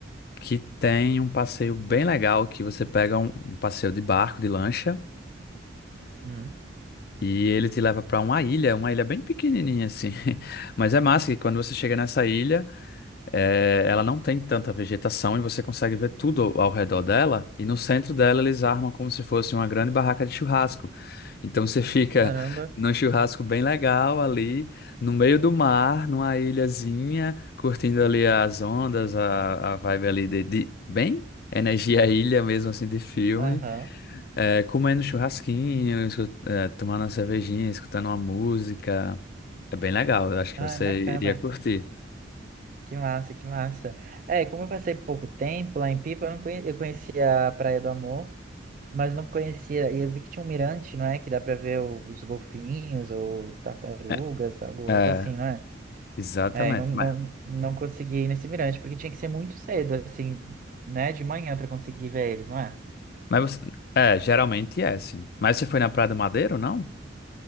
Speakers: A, on the left; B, on the right.
A: que tem um passeio bem legal, que você pega um, um passeio de barco, de lancha,
B: hum,
A: e ele te leva para uma ilha, uma ilha bem pequenininha assim, <laughs> mas é massa que quando você chega nessa ilha É, ela não tem tanta vegetação e você consegue ver tudo ao redor dela. E no centro dela eles armam como se fosse uma grande barraca de churrasco. Então você <laughs> fica
B: caramba.
A: num churrasco bem legal ali, no meio do mar, numa ilhazinha, curtindo ali as ondas, a, a vibe ali de, de- bem energia <laughs> ilha mesmo assim de filme,
B: Aham.
A: É, comendo churrasquinho, escu- é, tomando uma cervejinha, escutando uma música. É bem legal, eu acho que
B: Ai,
A: você
B: bacana.
A: iria curtir.
B: Que massa, que massa. É, como eu passei pouco tempo lá em Pipa, eu não conhe... eu conhecia a Praia do Amor. mas não conhecia. E eu vi que tinha um mirante, não é? Que dá pra ver os golfinhos ou tartarugas,
A: É,
B: algo,
A: é.
B: algo assim, não é?
A: Exatamente.
B: É, e não, não,
A: Mas,
B: não consegui ir nesse mirante, porque tinha que ser muito cedo, assim, né? De manhã pra conseguir ver eles, não é?
A: mas você, é, geralmente é assim. Mas você foi na Praia do Madeiro, não?